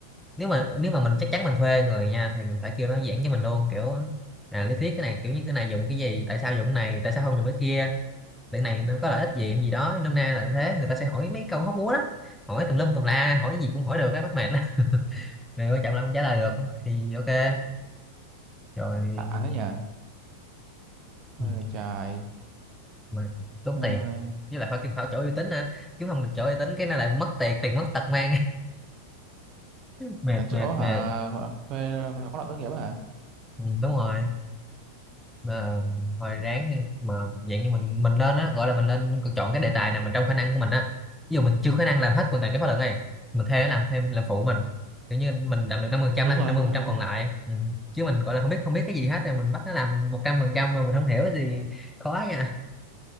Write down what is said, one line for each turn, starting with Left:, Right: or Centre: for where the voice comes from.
Centre: nếu mà nếu mà mình chắc chắn mình thuê người nha thì mình phải kêu nó giảng cho mình luôn kiểu à lý thuyết cái này kiểu như cái này dùng cái gì tại sao dùng cái này tại sao không dùng cái kia cái này nó có lợi ích gì hay gì đó nôm na là thế người ta sẽ
Right: <laughs>
Centre: hỏi mấy câu hóc búa lắm hỏi tùm lum tùm la hỏi gì cũng hỏi được cái bắt mệt lắm <laughs> rồi quan trọng là không trả lời được thì ok rồi
Right: tạ thế nhỉ ôi
Centre: ừ,
Right: là trời
Centre: mà tốn
Right: ơi
Centre: tiền với lại phải kiếm phải chỗ uy tín nữa chứ không được chỗ uy tín cái nó lại mất tiền tiền mất tật mang <laughs> mệt
Right: là chỗ
Centre: mệt
Right: hả
Centre: mệt
Right: hả- thuê là khóa luận tốt nghiệp á hả
Centre: ừ, đúng rồi mà hồi ráng đi mà dạng như mình mình nên á gọi là mình nên chọn cái đề tài nào mà trong khả năng của mình á ví dụ mình chưa khả năng làm hết hoàn toàn cái khóa luận này mình thuê nó làm thêm làm phụ mình kiểu như mình làm được năm năm mươi phần trăm
Right: đúng
Centre: làm
Right: rồi
Centre: năm mươi
Right: đúng
Centre: phần trăm
Right: rồi
Centre: còn lại ừ. chứ mình gọi là không biết không biết cái gì hết rồi mình bắt nó làm 100% mà mình không hiểu cái gì khó nha